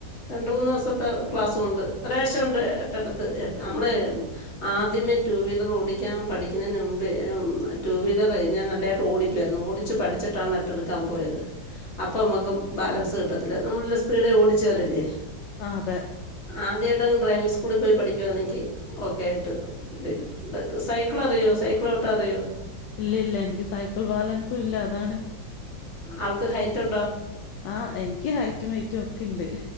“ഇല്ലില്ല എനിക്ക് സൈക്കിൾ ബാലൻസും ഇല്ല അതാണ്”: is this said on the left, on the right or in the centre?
Left